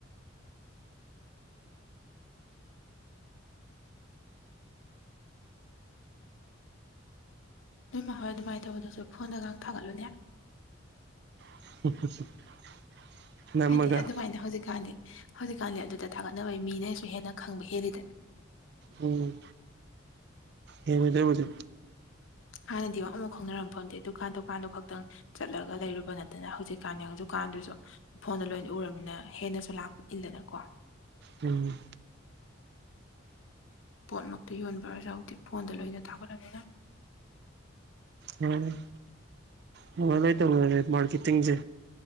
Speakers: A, on the left (about 75°); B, on the right (about 55°).
A: ꯅꯣꯏ ꯃꯥ ꯍꯣꯏ ꯑꯗꯨꯃꯥꯏꯅ ꯇꯧꯕꯗꯁꯨ ꯐꯣꯟꯗꯉꯥꯡ ꯊꯥꯒꯠꯂꯨꯅꯦ
B: <unintelligible> ꯅꯝꯃꯒ
A: ꯍꯥꯏꯗꯤ ꯑꯗꯨꯃꯥꯏꯅ ꯍꯧꯖꯤꯛꯀꯥꯟꯗꯤ ꯍꯧꯖꯤꯛꯀꯥꯟꯗꯤ ꯑꯗꯨꯗ ꯊꯥꯒꯠꯅꯕꯩ ꯃꯤꯅꯁꯨ ꯍꯦꯟꯅ ꯈꯪꯕ ꯍꯦꯜꯂꯤꯗꯅ
B: ꯎꯝ ꯍꯦꯜꯂꯤ ꯑꯗꯨꯕꯨꯗꯤ
A: ꯍꯥꯟꯅꯗꯤ ꯋꯥꯨꯥꯎ ꯈꯥꯎꯅꯔꯝ ꯐꯪꯗꯦ ꯗꯨꯀꯥꯟ ꯗꯨꯀꯥꯟꯗꯣ ꯈꯛꯇꯪ ꯆꯠꯂꯒ ꯂꯩꯔꯨꯕ ꯅꯠꯇꯅ ꯍꯧꯖꯤꯛꯀꯥꯟꯗꯤ ꯍꯧꯛꯀꯥꯟꯗꯨꯁꯨ ꯐꯣꯟꯗꯣ ꯂꯣꯏꯅ ꯎꯔꯕꯅꯤꯅ ꯍꯦꯟꯅꯁꯨ ꯂꯥꯛ ꯏꯟꯗꯅꯀꯣ
B: ꯎꯝ
A: ꯄꯣꯠꯃꯛꯇ ꯌꯣꯟꯕꯖꯁꯨ ꯍꯧꯖꯤꯤ ꯐꯣꯟꯗ ꯂꯣꯏꯅ ꯊꯥꯒꯠꯂꯅꯤꯅ
B: ꯎꯝ ꯅꯨꯡꯉꯥꯏ ꯂꯣꯏ ꯇꯧꯅꯔꯦ ꯃꯥꯔꯀꯦꯇꯤꯡꯁꯦ